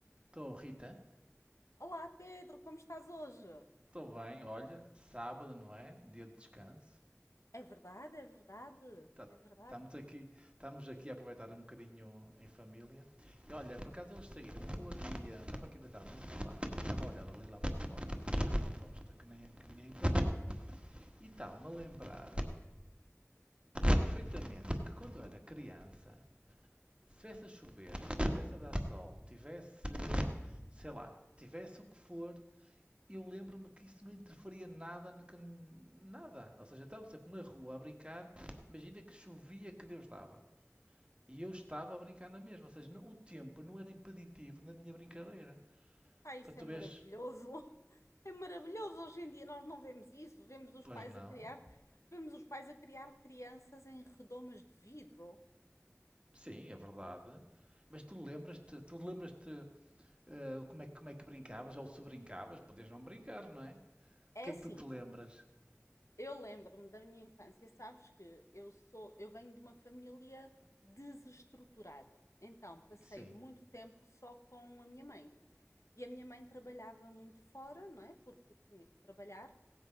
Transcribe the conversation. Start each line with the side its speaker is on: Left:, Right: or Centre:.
Right: Estou, Rita.
Left: Olá Pedro, como estás hoje?
Right: Estou bem, olha. Sábado, não é? Dia de descanso.
Left: É verdade, é verdade,
Right: Tá-
Left: é verdade.
Right: Estamos aqui, estamos aqui a aproveitar um bocadinho em família. E olha, por acaso eles saíram, eu estou aqui, eh, estava aqui deitado no sofá, e estava a olhar ali lá para fora, e está uma tosta que, nem, que ninguém aguenta. E está-me a lembrar perfeitamente que quando eu era criança, se tivesse a chover, tivesse a dar sol, tivesse, sei lá, tivesse o que for, eu lembro-me que isso não interferia nada, no que- nada. Ou seja, eu estava sempre na rua a brincar, imagina que chovia que Deus dava. E eu estava a brincar na mesma, ou seja, não- o tempo não era impeditivo na minha brincadeira.
Left: Pá, isso
Right: Para tu
Left: é maravilhoso.
Right: vês,
Left: <laughs> É maravilhoso. Hoje em dia nós não vemos isso. Vemos os
Right: pois
Left: pais
Right: não,
Left: a criar, vemos os pais a criar crianças em redomas de vidro.
Right: sim, é verdade. Mas tu lembras-te, tu lembras-te eh, como é, que- como é que brincavas, ou se brincavas, podias não brincar, não é?
Left: É
Right: O que
Left: assim,
Right: é que tu te lembras?
Left: eu lembro-me da minha infância, sabes que eu sou, eu venho de uma família desestruturada. Então, passei
Right: Sim,
Left: muito tempo só com a minha mãe. E a minha mãe trabalhava muito fora, não é? Porque tinha que trabalhar.